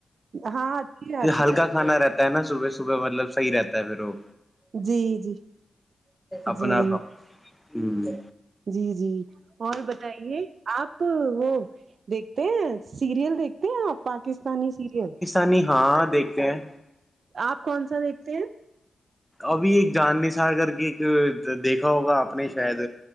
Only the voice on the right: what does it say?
ہاں اچھی بات
ہے جی جی
جی
جی جی اور بتائیے آپ وہ دیکھتے ہیں سیریل دیکھتے ہیں آ پاکستانی سیریل
آپ کون سا دیکھتے ہیں